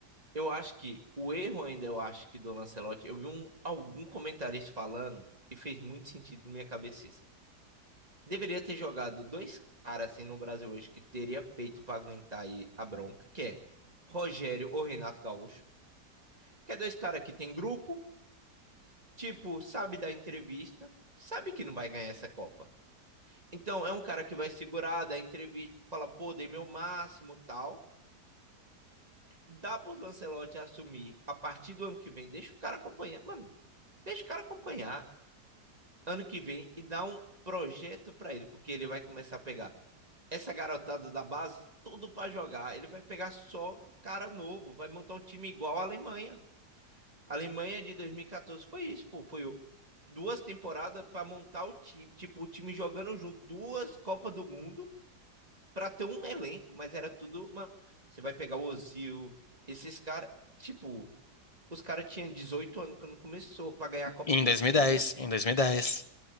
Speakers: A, on the right (about 25°); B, on the left (about 35°).
A: Eu acho que o erro ainda, eu acho que do Lancelotti, eu vi um, algum comentarista falando e fez muito sentido na minha cabeça. isso. Deveria ter jogado dois caras assim no Brasil hoje que teria peito pra aguentar aí a bronca, que é Rogério ou Renato Gaúcho, que é dois caras que tem grupo, tipo, sabe da entrevista, sabe que não vai ganhar essa Copa. Então é um cara que vai segurar, dar entrevista, fala, pô, dei meu máximo, tal. dá para o Lancelotti assumir a partir do ano que vem, deixa o cara acompanhar, mano, deixa o cara acompanhar ano que vem e dá um projeto para ele, porque ele vai começar a pegar essa garotada da base, tudo para jogar, ele vai pegar só cara novo, vai montar um time igual a Alemanha. A Alemanha de 2014 foi isso, pô, foi duas temporadas para montar o time, tipo, o time jogando junto, duas Copa do Mundo para ter um elenco, mas era tudo, mano, você vai pegar o Ozil, esses caras, tipo, os caras tinham 18 anos quando começou, para ganhar a Copa
B: Em
A: com
B: 2010,
A: 30,
B: em 2010.